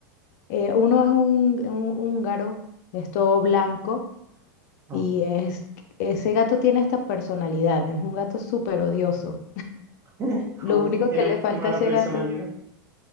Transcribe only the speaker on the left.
Eh, uno es un, un húngaro, es todo blanco
y es, ese gato tiene hasta personalidad, es un gato súper odioso.
Lo
único
que le falta
a ese
gato